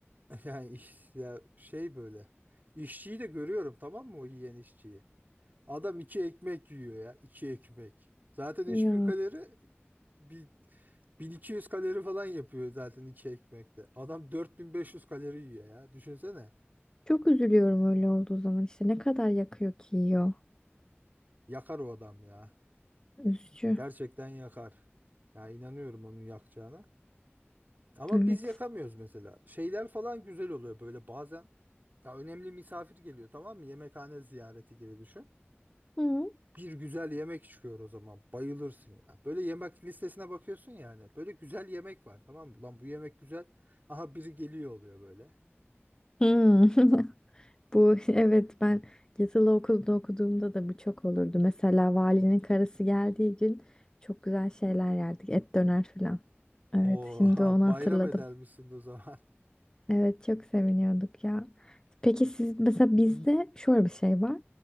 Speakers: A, on the right; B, on the left.
A: <laughs> yani iş, ya şey böyle. İşçiyi de görüyorum tamam mı o yiyen işçiyi. Adam iki ekmek yiyor ya. iki ekmek. Zaten
B: Ya.
A: 3000 kalori bir 1200 kalori falan yapıyor zaten iki ekmekte. Adam 4500 kalori yiyor ya. Düşünsene.
B: Çok üzülüyorum öyle olduğu zaman. İşte ne kadar yakıyor ki yiyor.
A: Yakar o adam ya.
B: Üzücü.
A: Gerçekten yakar. Ya inanıyorum onun yakacağına. Ama
B: Evet.
A: biz yakamıyoruz mesela. Şeyler falan güzel oluyor böyle bazen. Ya önemli misafir geliyor tamam mı? Yemekhane ziyareti gibi düşün.
B: Hmm.
A: Bir güzel yemek çıkıyor o zaman. Bayılırsın ya. Böyle yemek listesine bakıyorsun yani. Böyle güzel yemek var tamam mı? Ulan bu yemek güzel. Aha biri geliyor oluyor böyle.
B: Hmm. <laughs> Bu <laughs> evet ben yatılı okulda okuduğumda da bu çok olurdu. Mesela valinin karısı geldiği gün çok güzel şeyler yerdik. Et döner falan. Evet
A: Oo
B: şimdi
A: <laughs>
B: onu
A: bayram
B: hatırladım.
A: eder misin o zaman?
B: Evet çok seviniyorduk ya. Peki siz mesela bizde şöyle bir şey var.